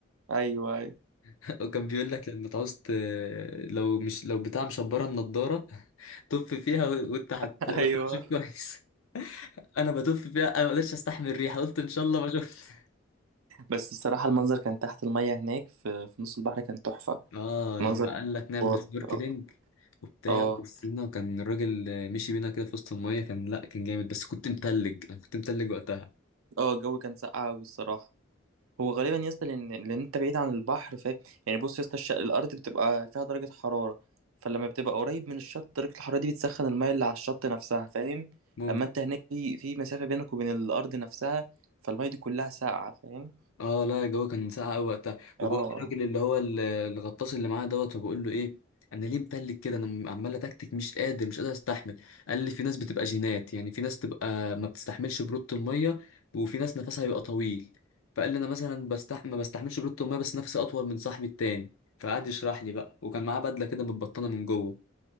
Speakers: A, on the right; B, on the left.
A: ايوه ايوه
B: <laughs> وكان بيقول لك لما تعوز ت- لو مش لو بتاع مشبره النضاره <laughs> طف فيها وانت هت...
A: <laughs>
B: وانت
A: ايوه
B: هتشوف كويس <laughs> انا بتف فيها انا ما قدرتش استحمل الريحه قلت ان شاء الله ما شفت
A: بس الصراحة المنظر كان تحت المية هناك في, في نص البحر كان تحفة
B: <laughs> اه
A: منظر
B: لما قال لك نعمل
A: جبار.
B: سنوركلينج
A: اه
B: وبتاع
A: اه
B: وبصينا وكان الراجل مشي بينا كده في وسط الميه كان لا كان جامد بس كنت متلج انا كنت متلج وقتها
A: اه الجو كان ساقع أوي الصراحة هو غالبا يا اسطى لان لان انت بعيد عن البحر ف يعني بص يا اسطى الش... الارض بتبقى فيها درجه حراره فلما بتبقى قريب من الشط درجه الحراره دي بتسخن الميه اللي على الشط نفسها فاهم
B: ممكن
A: اما انت هناك في في مسافه بينك وبين الارض نفسها فالميه دي كلها ساقعه فاهم
B: اه لا الجو كان ساقع قوي وقتها وبقول
A: اه آه.
B: للراجل اللي هو ال- الغطاس اللي معاه دوت وبقول له ايه انا ليه متلج كده انا عمال اتكتك مش قادر مش قادر استحمل قال لي في ناس بتبقى جينات يعني في ناس تبقى ما بتستحملش برودة الميه وفي ناس نفسها بيبقى طويل فقال لي انا مثلا بستح... ما بستحملش برودة الميه بس نفسي اطول من صاحبي التاني فقعد يشرح لي بقى وكان معاه بدله كده متبطنه من جوه